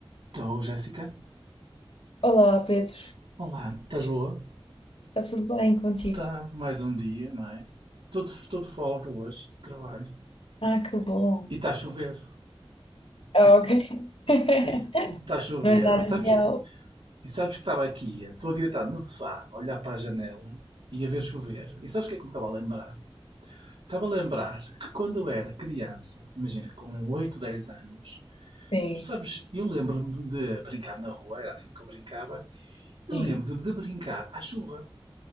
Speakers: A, on the right (about 70°); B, on the left (about 80°).
A: Estou, Jéssica.
B: Olá, Pedro.
A: Olá, estás boa?
B: Está tudo bem contigo?
A: Está mais um dia, não é? Todo, todo folga hoje de trabalho.
B: Ah, que bom.
A: E está a chover.
B: Ah, ok. <laughs>
A: E Está a chover.
B: Não é nada
A: E sabes,
B: ideal.
A: e sabes que estava aqui, estou aqui deitado no sofá, a olhar para a janela e a ver chover. E sabes o que é que me estava a lembrar? Estava a lembrar que quando eu era criança, imagina, com 8, 10 anos,
B: Sim,
A: tu sabes, eu lembro-me de brincar na rua, era assim que eu brincava, e
B: sim.
A: lembro-me de brincar à chuva.